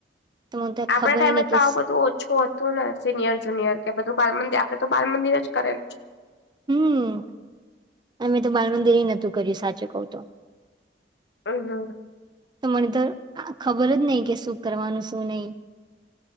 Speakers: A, on the right; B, on the left.
A: તો મને તો
B: આપડા
A: ખબર
B: ટાઈમે
A: નહી કે
B: તો આવું બધું ઓછું હ તું ને સિનિયર જુનિયર કે બધું બાલ મંદિર આપડે તો બાલ મંદિરે જ કરેલું છે
A: હમ અમે તો બાલ મંદિરેય નતું કર્યું સાચું કઉ તો
B: હમ હમ
A: તો મને તો ખબર જ નઈ કે શું કરવાનું શું નઈ